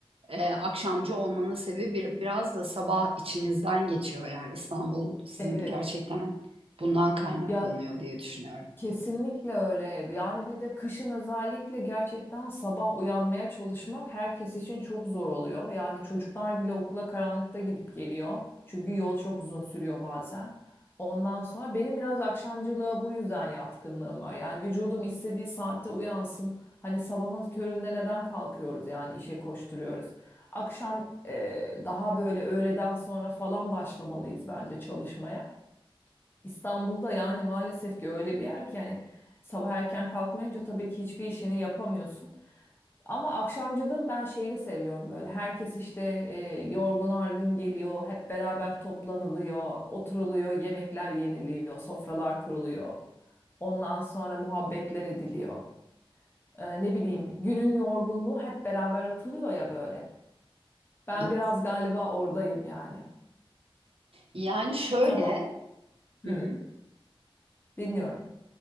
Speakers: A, on the right; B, on the left.
A: e, akşamcı olmanın sebebi bir, biraz da sabah içinizden geçiyor yani İstanbul sizin
B: <laughs>
A: gerçekten
B: Evet.
A: bundan kaynaklanıyor
B: Ya
A: diye düşünüyorum.
B: Kesinlikle öyle. Yani bir de kışın özellikle gerçekten sabah uyanmaya çalışmak herkes için çok zor oluyor. Yani çocuklar bile okula karanlıkta gidip geliyor. Çünkü yol çok uzun sürüyor bazen. Ondan sonra benim biraz akşamcılığa bu yüzden yatkınlığım var. Yani vücudum istediği saatte uyansın. Hani sabahın köründe neden kalkıyoruz yani işe koşturuyoruz. Akşam e, daha böyle öğleden sonra falan başlamalıyız bence çalışmaya. İstanbul'da yani maalesef ki öyle bir yer ki yani sabah erken kalkmayınca tabii ki hiçbir işini yapamıyorsun. Ama akşamcılığın ben şeyini seviyorum böyle. Herkes işte e, yorgun argın geliyor, hep beraber toplanılıyor, oturuluyor, yemekler yeniliyor, sofralar kuruluyor. Ondan sonra muhabbetler ediliyor. E, ne bileyim günün yorgunluğu hep beraber atılıyor ya böyle. Ben
A: Evet.
B: biraz galiba oradayım yani.
A: Yani şöyle
B: Sabah
A: hı
B: Hı,
A: hı,
B: dinliyorum.